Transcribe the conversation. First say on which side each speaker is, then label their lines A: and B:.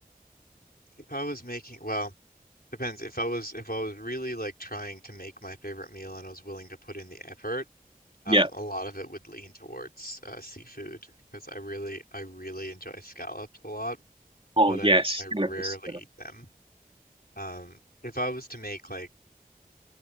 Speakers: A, on the left; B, on the right.
A: If I was making, well, depends. If I was if I was really like trying to make my favorite meal and I was willing to put in the effort, um,
B: Yeah.
A: a lot of it would lean towards uh, seafood because I really I really enjoy scallops a lot,
B: Oh
A: but I
B: yes,
A: I rarely
B: Cannabis.
A: eat them. Um, if I was to make like